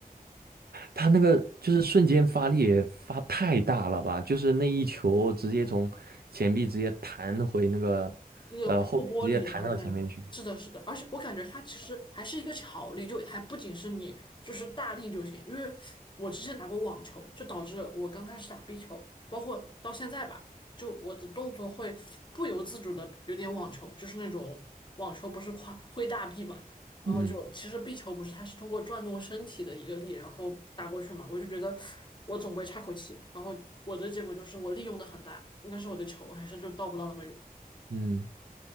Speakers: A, on the right; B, on the left.
A: 他那个就是瞬间发力也发太大了吧，就是那一球直接从前臂直接弹回那个
B: 那个破玻璃，
A: 呃后壁，直接弹到前面去。
B: 然后那样。是的，是的，而且我感觉它其实还是一个巧力，就还不仅是你就是大力就行。因为我之前打过网球，就导致我刚开始打壁球，包括到现在吧，就我的动作会不由自主的有点网球，就是那种网球不是跨挥大臂嘛，然后就其实壁球不是它是通过转动身体的一个力，
A: 嗯
B: 然后打过去嘛，我就觉得我总归差口气，然后我的结果就是我利用的很大，但是我的球还是就到不到那么远。
A: 嗯，